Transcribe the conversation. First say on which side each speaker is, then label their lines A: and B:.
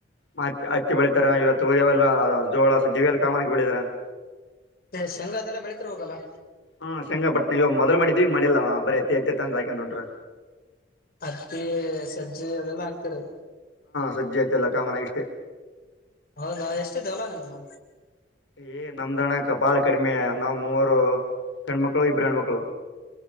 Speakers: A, on the left (about 85°); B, on the left (about 50°).
A: ಮತ್ತ ಹತ್ತಿ ಬೆಳಿತಾರ ಇವತ್ತು ಉರಿಯವೆಲ್ಲ ಜೋಳ ಸ್ಜೀ ಎಲ್ಲ ಕಾಮಾನಕ್ಕೆ ಬೆಳಿತಾರ <inaudible>
B: ಶೆಂಗ ಅದೆಲ್ಲಾ ಬೆಳತಿರ್ ಹೋಗಲ್ಲಾ
A: ಹಾ ಶಂಗಾಪಟ್ಣ ಇವ ಮೊದ್ಲು ಮಾಡಿದೀವಿ ಮಾಡಿಲ್ಲವಾ ಬರೀ ಎತ್ತ ಎತ್ತತ್ತ ಅಂದ ಹಾಕನ್ ಹೊಂಟರು
B: ಹತ್ತಿ ಸಜ್ಜೆ ಅದೆಲ್ಲ ಹಾಕ್ತರಿ
A: ಸಜ್ಜೆ ಹತ್ತಿ ಎಲ್ಲ ಕಾಮನ್ ಆಗಿ ಅಷ್ಟೇ
B: ಹೌದಾ ಎಷ್ಟ್ ಇದಾ ಹೊಲ ನಿಮ್ದು
A: ಏ್ ನಮ್ದಣಕ ಬಾಳ ಕಡಿಮೆ ನಾವ್ ಮೂವರು ಗಂಡು ಮಕ್ಕಳು ಇಬ್ಬ್ರ ಹೆಣ್ಮಕ್ಳು